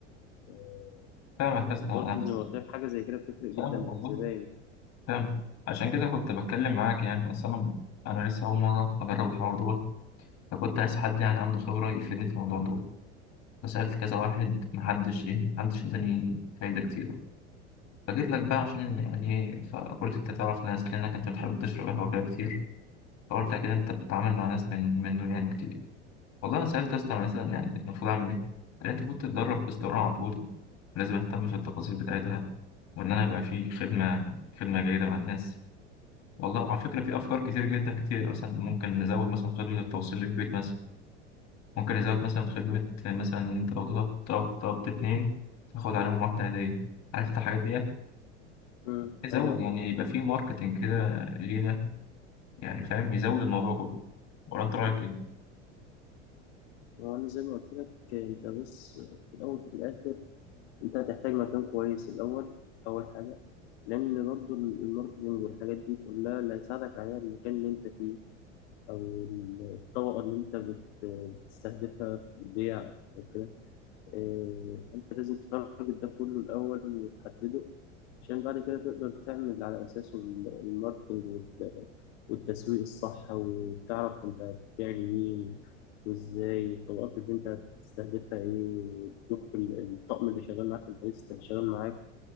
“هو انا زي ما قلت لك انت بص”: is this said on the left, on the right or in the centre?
Left